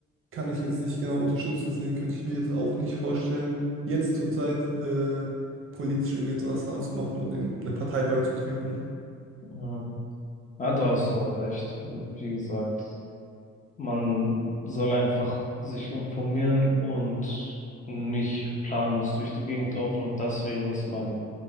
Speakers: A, on the right; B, on the left.
A: kann ich jetzt nicht genau unterstützen, deswegen könnte ich mir jetzt auch nicht vorstellen, jetzt zurzeit äh, politisch irgendetwas anzumachen und in eine Partei beizutreten.
B: Mhm. Ja, da hast du auch recht. Wie gesagt, man soll einfach sich informieren und nicht planlos durch die Gegend laufen und das wählen, was man